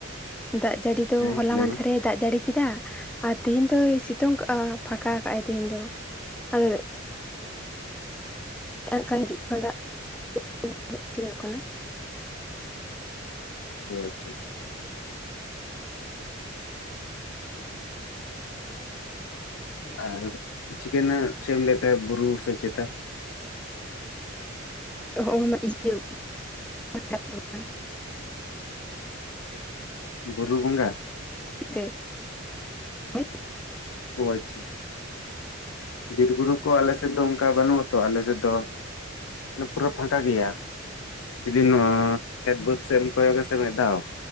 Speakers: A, in the centre; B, on the left (about 80°).
A: ᱫᱟᱜ ᱡᱟᱹᱲᱤ ᱫᱚ
B: ᱦᱮᱸ
A: ᱦᱚᱞᱟ
B: ᱞᱟᱹᱭ
A: ᱢᱟᱱᱫᱷᱮᱨ
B: ᱢᱮ
A: ᱨᱮ ᱫᱟᱜ ᱡᱟᱹᱲᱤ ᱠᱮᱫᱟ ᱾ ᱟᱨ ᱛᱮᱦᱮᱧ ᱫᱚ ᱥᱮᱛᱳᱝ ᱠᱟᱜᱼᱟ, ᱯᱷᱟᱠᱟ ᱠᱟᱜᱼ ᱟᱭ, ᱛᱮᱦᱮᱧ ᱫᱚ ᱟᱫᱚ ᱾ ᱱ ᱠᱷᱟᱱ ᱦᱤᱡᱩᱜ ᱠᱷ ᱫᱟᱜᱠᱧᱚᱜ ᱠᱟᱱᱟ <unintelligible> ᱧᱮᱞᱳᱜ ᱠᱟᱱᱟ ᱾
B: ᱚ ᱟᱪᱷᱟ ᱟᱪᱷᱟ, ᱟᱨ ᱪᱤᱠᱟᱹᱱᱟ ᱟᱨ ᱪᱮᱫ ᱮᱢ ᱞᱟᱭ ᱛᱟᱦᱮᱱᱟ ᱵᱩᱨᱩ ᱥᱮ ᱪᱮᱛᱟ?
A: ᱚ ᱤᱭᱟᱹ
B: ᱦᱮᱸ
A: <unintelligible>
B: ᱵᱩᱨᱩ ᱵᱚᱸᱜᱟ ᱾
A: ᱛᱮ ᱢᱟᱱᱮ
B: ᱦᱚᱭ ᱟᱪᱪᱷᱟ ᱪᱷᱟ ᱾ ᱵᱤᱨ ᱵᱩᱨᱩ ᱠᱚ ᱟᱞᱮ ᱥᱮᱫ ᱫᱚ ᱚᱱᱠᱟ ᱵᱟᱹᱱᱩᱜ ᱟᱛᱚ ᱟᱞᱮ ᱥᱮᱫ ᱫᱚ ᱾ ᱯᱩᱨᱟᱹ ᱯᱷᱟᱸᱠᱟ ᱜᱮᱭᱟ, ᱡᱩᱫᱤ ᱱᱚᱣᱟ ᱠᱷᱮᱛ ᱵᱟᱹᱫᱽ ᱥᱮᱡ ᱮᱢ ᱠᱚᱭᱚᱜ ᱟᱥᱮ ᱢᱤᱫ ᱫᱷᱟᱹᱣ,